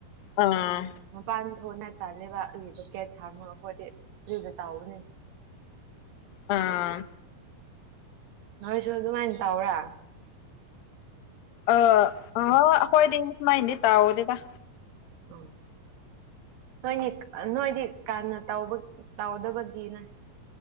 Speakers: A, on the left; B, on the right.
A: ꯑꯥ
B: ꯃꯄꯥꯟ ꯊꯣꯛ ꯅꯥꯏ ꯇꯜꯂꯦꯕ ꯑꯗꯨꯒꯤ ꯕꯀꯦꯠ ꯊꯥꯝꯃꯒ ꯑꯩꯈꯣꯏꯗꯤ ꯑꯗꯨꯗ ꯇꯥꯎꯕꯅꯦ
A: ꯑꯥ
B: ꯅꯣꯏꯁꯨ ꯑꯗꯨꯃꯥꯏꯅ ꯇꯧ꯭ꯔꯥ
A: ꯑ ꯑ ꯑꯩꯈꯣꯏꯗꯤꯃꯥꯏꯗꯤꯦ ꯇꯥꯎꯑꯣꯗꯗ
B: ꯑꯧ ꯅꯣꯏꯅꯤ ꯅꯣꯏꯗꯤ ꯀꯅ ꯇꯧꯗ ꯇꯧꯗꯕꯒꯤꯅ